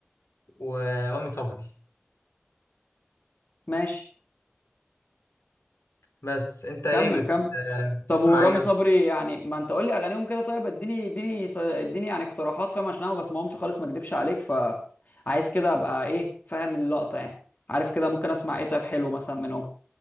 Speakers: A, on the left (about 85°); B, on the left (about 45°).
A: ورامي صبري
B: ماشي
A: بس انت ايه
B: كمل
A: بت...
B: كمل
A: بتسمع
B: طب ورامي
A: ايه
B: صبري يعني ما انت قول لي اغانيهم كده طيب اديني اديني ص- اديني يعني اقتراحات فاهم عشان انا ما بسمعهمش خالص ما اكدبش عليك فعايز كده ابقى ايه فاهم اللقطة يعني عارف كده ممكن اسمع ايه طيب حلو مثلا منهم